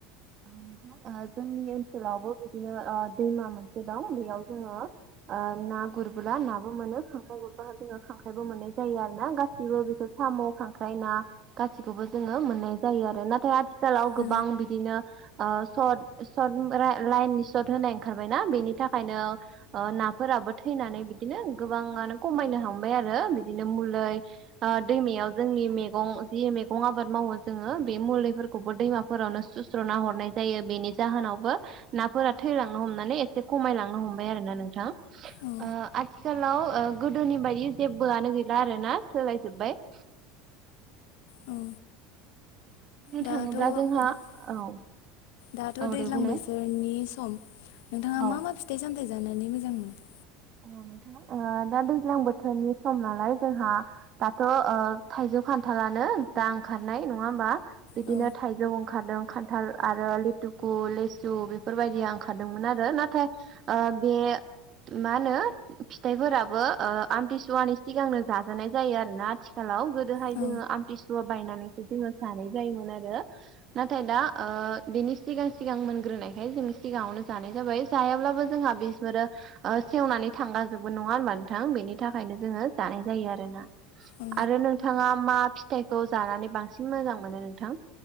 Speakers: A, on the right; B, on the left.
A: नोंथां जोंनि ओनसोलावबो बिदिनो दैमा मोनसे दं बेयाव जोङो ना गुरबोला नाबो मोनो खांख्राइ गुरबा जोङो खांख्राइबो मोननाय जायो आरो ना गाससिबो बेखौ साम' खांख्राइ ना गासिखौबो जोङो मोननाय जायो आरो नाथाय आथि लाव गोबां
B: औ
A: बिदिनो ओ सट सट लाइननि सर्ट होनाय ओ ओंखारबायना बेनि थाखाय नो नाफोराबो थैनानै बिदिनो गोबाङानो खमायनो हांबाय आरो बिदिनो मुलै ओ दैमायाव जोंनि मैगं जि मैगं आबाद मावो जोङो बे मुलैफोरखौबो दैमाफोराव नोु सुस स्रुना हरनाय जायो बेनि जाहोनावबो नाफोरा थैलांनो हमनानै एसे खमायलांनो हमबाय आरोना नोंथां
B: औ
A: ओ आथिखालाव गोदोनि बायदि जेबोआनो गैला आरो ना सोलाय जोब्बाय <inaudible>
B: औ
A: बुंनो
B: दाथ'
A: थाङोब्ला जोंहा औ
B: दाथ'
A: औ
B: दैज्लां
A: दे बुंनाय
B: बोसोरनि सम नोंथाङा
A: औ
B: मा मा फिथाइ सामथाय जानानै मोजां मोनो
A: ओ नोंथां दा दैज्लां बोथोरनि सम नालाय जोंहा दाथ' ओ थाइजौ खान्थालानो दा ओंखारनाय नङा होमबा बिदिनो
B: औ
A: थाइजौ ओंखारदों खान थाल आरो लिथुकु लिसु बेफोरबायदि आं खारदोंमोन आरो नाथाय आ बे मा होनो फिथाइफोराबो आमथिसुवानि सिगांनो जाजानाय जायो आरोना आथिखालाव जोहाय
B: औ
A: जोङो आमथिसुवा बायनानैसो जोङो जानाय जायोमोन आरो नाथाय दा बेनि सिगां सिगां मोनग्रोनायखाय जों सिगाङावनो जानाय जाबाय जायाब्लाबो जोंहा बे बिसफोरो ओ सेवनानै थांगाजोबो नङा होनबा नोंथां बेनि थाखायनो जोङो जानाय जायो आरो ना
B: औ
A: आरो नोंथाङा मा फिथाइखौ जानानै बांसिन मोजां मोनो नोंथां